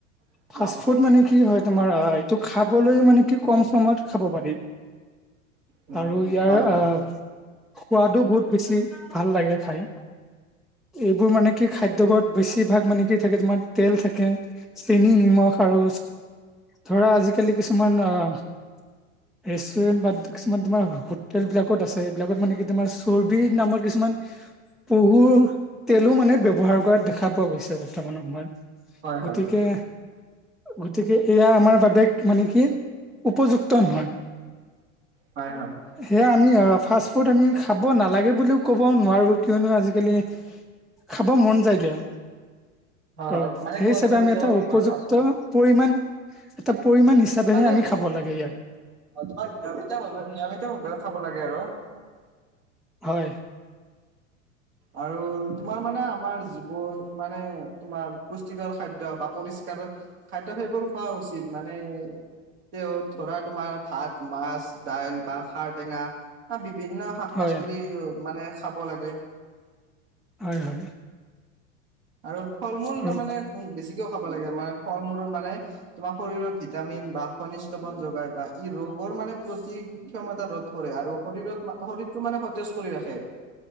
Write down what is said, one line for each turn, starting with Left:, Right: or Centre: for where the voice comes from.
Right: অ
Centre: ফাৰ্ষ্ট
Right: অ
Centre: ফুড মানে কি হয় তোমাৰ আহ। টো খাবলৈ মানে কি কম সময়ত খাব পাৰি।
Right: উম
Centre: আৰু
Right: উম
Centre: ইয়াৰ
Right: হয় হয়
Centre: আহ। সোৱাদো বহুত বেছি ভাল লাগে খায়। এইবোৰ মানে কি খাদ্যয়বোৰত বেছিভাগ মানে কি থাকে তোমাৰ তেল থাকে। চেনি, নিমখ আৰু ধৰা আজিকালি কিছুমান অ' ৰেষ্টুৰেন্ট বা কিছুমান তোমাৰ হোটেল বিলাকত আছে। এইবিলাকত মানে কি তোমাৰ চৰ্বি নামৰ কিছুমান পহুৰ তেলো মানে ব্যৱহাৰ কৰা দেখা পোৱা গৈছে বাৰ। চামানো ঘোমান
Right: হয় হয়
Centre: গতিকে। গতিকে এয়া আমাৰ বাবে মানে কি, উপযুক্ত নহয়।
Right: হয় হয়
Centre: এয়া আমি ফাষ্ট ফুড আমি খাব নালাগে বুলিও ক'ব নোৱাৰো, কিয়নো আজিকালি খাব মন যায় দিয়া। অ'
Right: হয় মানে
Centre: সেই
Right: সোৱাদযুক্ত
Centre: হিচাপে আমি এটা
Right: তোমাৰ
Centre: উপযুক্ত
Right: ফাষ্ট ফুড
Centre: পৰিমান এটা পৰিমাণ হিচাপেহে
Right: মানে
Centre: আমি
Right: অ,
Centre: খাব লাগে ইয়াক
Right: তোমাৰ নিয়মিত - নিয়মিত হব। খাব লাগে আৰু।
Centre: হয়।
Right: আৰু তোমাৰ মানে আমাৰ যিবোৰ মানে তোমাৰ পুষ্টিকৰ খাদ্য বা পৰিস্কাৰ কাৰণ খাদ্য সেইবোৰ খোৱা উচিত। মানে তে ধৰা তোমাৰ ভাত, মাছ, দাইল বা খাৰটেঙা বা বিভিন্ন শাক
Centre: হয়
Right: পাচলি মানে খাব লাগে।
Centre: হয়, হয়।
Right: আৰু ফল মূল
Centre: আৰু
Right: তাৰ মানে বেছিকেও খাব লাগে, মানে ফল মূলৰ মানে তোমাৰ শৰীৰৰ ভিটামিন বা খনিজ লবন বা ই ৰোগৰ মানে প্ৰতি ক্ষমতা ৰোধ কৰে, আৰু শৰীৰত শৰীৰটো মানে সতেজ কৰি ৰাখে। খে।